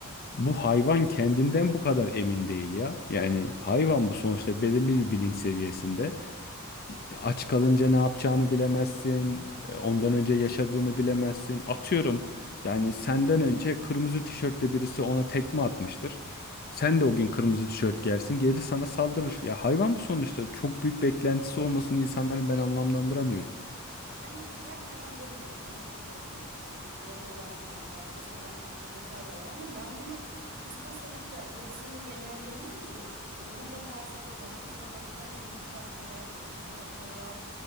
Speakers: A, on the left; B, on the right.
A: bu hayvan kendinden bu kadar emin değil ya. Yani hayvan bu sonuçta belirli bir bilinç seviyesinde. Aç kalınca ne yapacağını bilemezsin. e, Ondan önce yaşadığını bilemezsin. Atıyorum yani senden önce kırmızı tişörtlü birisi ona tekme atmıştır. Sen de o gün kırmızı tişört giyersin. Geri sana saldırır. Ya hayvan bu sonuçta. Çok büyük beklentisi olmasını insanların ben anlamlandıramıyorum.
B: Yani her hayvan böyle değil, her köpek de böyle değil. Çok duyguları olan, e, hafızası olan köpekler de var ama ben bunu kıstas alıp da hepsini genelleyemem ki. E, ona bakarsan o zaman sokakta çocuk parçalayan, insan parçalayan,